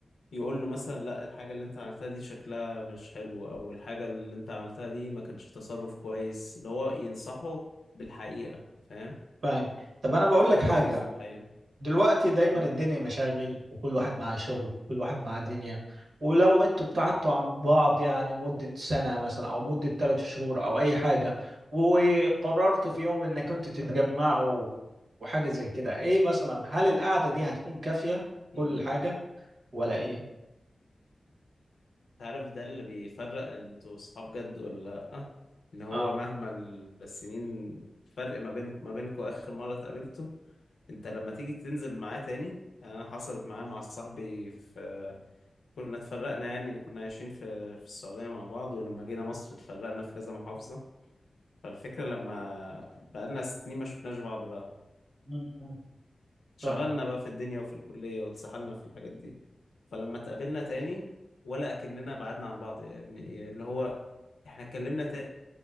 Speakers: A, on the left; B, on the right.
A: يقول له مثلا لا الحاجة اللي انت عملتها دي شكلها مش حلو او الحاجة اللي انت عملتها دي ما كانش تصرف كويس اللي هو ينصحه بالحقيقة فاهم
B: فاهم طب انا بقول
A: يقول
B: لك حاجة
A: رأيه في بحقيقة
B: دلوقتي دايما
A: مم.
B: الدنيا مشاغل وكل واحد معاه شغل كل واحد معاه دنيا ولو انتوا ابتعدتوا عن بعض يعني مدة سنة مثلا او مدة ثلاث شهور او اي حاجة وقررتوا في يوم انك انتوا تتجمعوا وحاجة زي كده ايه مثلا هل القعدة دي هتكون كافية
A: مم.
B: كل حاجة ولا ايه؟
A: تعرف ده اللي بيفرق انتوا صحاب جد ولا لأ ان هو
B: اه
A: مهما ال- السنين فرق ما بين ما بينكوا اخر مرة اتقابلته انت لما تيجي تنزل معاه تاني يعني انا حصلت معايا مع صاحبي في كنا اتفرقنا يعني كنا عايشين في في السعودية مع بعض ولما جينا مصر اتفرقنا في كذا محافظة فالفكرة لما بقالنا سنين ما شفناش بعض بقى
B: م- م.
A: شغلنا
B: فاهمك
A: بقى في الدنيا وفي الكلية واتسحلنا في الحاجات دي فلما اتقابلنا تاني ولا أكننا بعدنا عن بعض يا ابني إيه اللي هو احنا اتكلمنا تاني